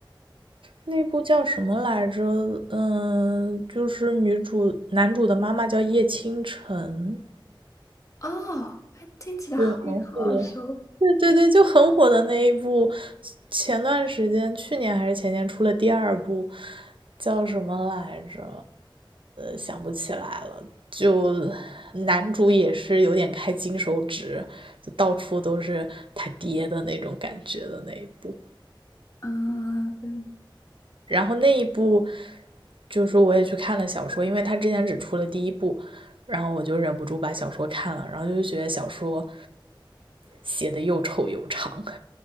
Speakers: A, on the right; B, on the left.
A: 那部叫什么来着？嗯，就是女主男主的妈妈叫叶倾城，
B: 哦，还听起来好也好耳熟。
A: 对，很火的。对对对，就很火的那一部，前段时间，去年还是前年出了第二部，叫什么来着？想不起来了。就男主也是有点开金手指，就到处都是他爹的那种感觉的那一部。
B: 嗯，对
A: 然后那一部，就是我也去看了小说，因为他之前只出了第一部，然后我就忍不住把小说看了，然后就觉得小说写的又丑又长。<laughs>